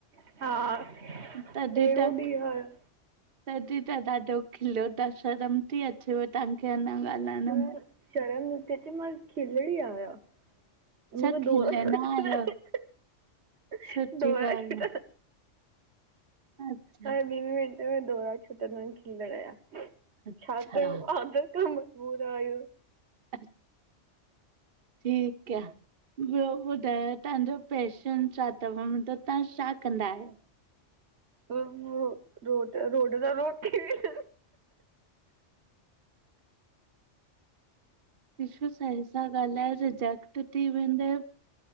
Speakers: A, on the right; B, on the right.
A: हा।
B: तॾहिं
A: पहिरों
B: त
A: ॾींहुं आहियां
B: तॾहिं त दाढो। खिलियो ता शर्म थी अचेव तव्हांखे अञा ॻाल्हाइण
A: न
B: में।
A: शर्म न थी अचे मां खिलड़ी आया। मूंखे
B: अच्छा खिलंदा
A: दोर
B: आहियो
A: छ दो छ
B: सुठी
A: <unintelligible>
B: ॻाल्हि आहे अच्छा
A: हर ॿिन मिंटे में दौरा छुटदा आहिन खिलंण या। छा
B: अच्छा
A: कयूं, आदत खां मजबूर आहयूं।
B: अच्छ ठीकु कया ॿियो ॿुधायो, तव्हांजो पैशन छा थव मतलबु तव्हां छा कंदा आहियो?
A: रोड ता रोड थी <unintelligible> वे
B: ॾिसो, सही सां ॻाल्हायो, रिजेक्ट थी वेंदव।